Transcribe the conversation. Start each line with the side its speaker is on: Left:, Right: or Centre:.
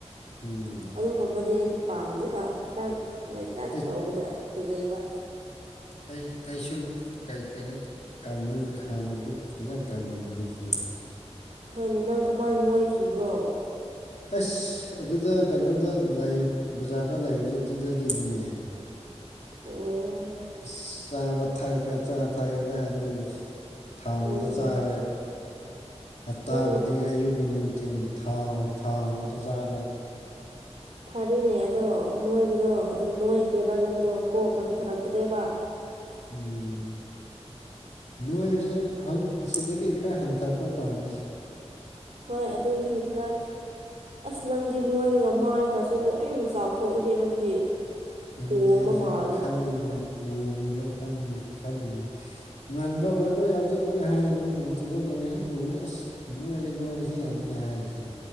Left: ꯎꯝ
Right: ꯑꯗꯨꯒꯨꯝꯕꯗꯤ ꯑꯩꯗꯤ ꯄꯥꯝꯗꯦꯕ ꯈꯔ ꯅꫭꯏꯇꯥꯛ
Left: ꯑꯩ
Right: ꯇꯧꯕꯗ ꯐꯖꯩꯕ
Left: ꯑꯩ ꯑꯩꯁꯨ ꯀꯔꯤ ꯀꯩꯅꯣ ꯀꯪꯕꯅ ꯍꯥꯟꯅꯗꯤ ꯐꯖꯅ ꯀꯪꯉꯝꯕꯅꯤ ꯑꯗꯨꯏ
Right: ꯍꯣꯏꯅꯦ ꯅꯪ ꯀꯃꯥꯏꯅ ꯅꯣꯏꯈꯤꯕ꯭ꯔꯣ꯫
Left: ꯑꯁ ꯑꯗꯨꯗ ꯀꯩꯅꯣꯗ ꯕꯖꯥꯔꯗ ꯂꯩꯕꯗ ꯑꯗꯨꯗꯒꯤꯅꯤꯅꯦ
Right: ꯑꯣ
Left: ꯑ ꯆꯥꯕ ꯊꯔꯒ ꯆꯥ ꯊꯛꯒꯗꯥ ꯑꯗꯒꯤ ꯊꯥꯎ ꯑꯃꯗ
Right: ꯎꯝ
Left: ꯆꯥꯔꯦ ꯍꯞꯇꯥ
Right: ꯅꯪ
Left: ꯈꯨꯗꯤꯡ ꯑꯌꯨꯛ ꯉ ꯅꯨꯡꯊꯤꯟꯜꯥꯎ ꯊꯥꯎ ꯉꯥꯛꯇ ꯆꯥꯔꯦ
Right: ꯐꯔꯦꯅꯦ ꯑꯗꯣ ꯅꯣꯏꯕꯗꯣ ꯑꯗꯨꯝ ꯅꯣꯏꯈ꯭ꯔꯦꯕ ꯅꯪꯗꯣ ꯀꯣ ꯀꯪꯊꯔꯛꯇ꯭ꯔꯦꯕ
Left: ꯎꯝ ꯅꯣꯏꯕꯁꯦ ꯑꯁꯤꯗꯒꯤ ꯈꯔ ꯍꯟꯊꯄ ꯄꯥꯝꯃꯤ
Right: ꯍꯣꯏ ꯑꯗꯨꯗꯒꯤ ꯈꯔ ꯑꯁ ꯅꯪꯗꯤ ꯅꯣꯏꯔꯒ ꯃꯥꯏꯒꯁꯨ ꯂꯣꯏ ꯆꯥꯎꯊꯣꯛꯏꯍꯦ ꯅꯪꯗꯤ
Left: ꯑꯗꯨꯅꯦ
Right: ꯄꯣꯝꯕ
Left: ꯑꯩꯁꯨ
Right: ꯃꯥꯜꯂꯦ
Left: ꯈꯜꯂꯤꯅꯦ ꯄꯣꯝꯃꯤꯗ ꯈꯜꯂꯤꯅꯦ ꯏꯃ ꯀꯣꯏꯣ ꯌꯥꯎꯖꯤ ꯂꯣꯏ ꯍꯥꯏꯔꯤꯅꯤ ꯎꯗꯕ ꯀꯣꯏꯔ ꯎꯁꯦ ꯑꯁ ꯅꯣꯏꯔꯦ ꯅꯣꯏꯔꯦꯁꯤꯉꯗꯅꯦ ꯍꯥꯏꯔꯤꯁꯦ